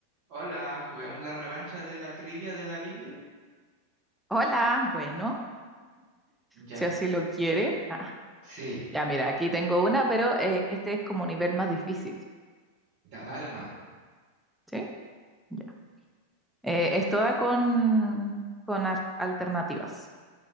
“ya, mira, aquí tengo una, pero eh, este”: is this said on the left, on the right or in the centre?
Centre